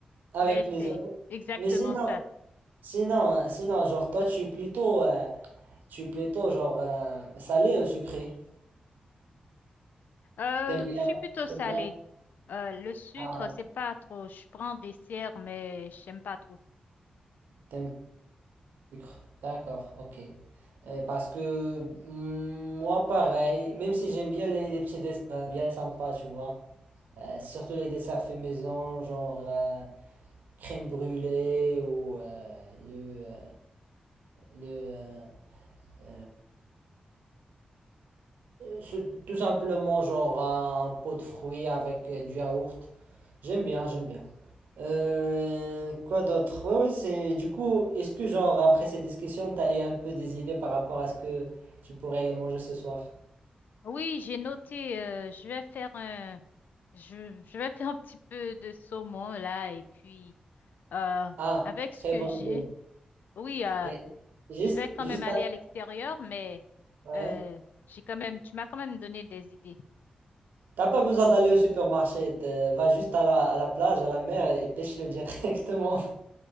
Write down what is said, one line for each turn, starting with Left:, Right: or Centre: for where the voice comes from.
Right: avec
Left: mais
Right: plaisir.
Left: c'est
Right: Mais
Left: exactement
Right: mais sinon,
Left: ça.
Right: sinon, euh, sinon, genre, toi, tu es plutôt, euh, tu es plutôt, genre, euh, salé ou sucré?
Left: Euh,
Right: T'aimes bien,
Left: je suis plutôt salée.
Right: t'aimes bien.
Left: Euh, le sucre,
Right: Ah,
Left: c'est pas trop. Je prends des dessert, mais j'aime pas trop.
Right: t'aimes le sucre. D'accord, ok. Euh, parce que mm, moi, pareil, même si j'aime bien les, les petits desserts bien sympas, tu vois. Euh, surtout les desserts faits maison, genre euh, crème brûlée ou euh, le, euh, le euh, euh, ce- tout simplement genre un pot de fruits avec euh, du yaourt. J'aime bien, j'aime bien. Euh, quoi d'autre? Ouais, ouais, c'est. Du coup, est-ce que genre après cette discussion, t'as eu un peu des idées par rapport à ce que tu pourrais manger ce soir?
Left: Oui, j'ai noté. euh, je vais faire un, je, je vais faire un petit peu de saumon là et puis euh,
Right: Ah,
Left: avec ce
Right: très
Left: que
Right: bonne
Left: j'ai,
Right: idée.
Left: oui, euh,
Right: Et juste,
Left: je vais quand
Right: juste,
Left: même aller à l'extérieur, mais
Right: ouais.
Left: euh, j'ai quand même, tu m'as quand même donné des idées.
Right: T'as pas besoin d'aller au supermarché, t'es- va juste à la, à la plage, à la mer et, et pêche-le <laughs> directement.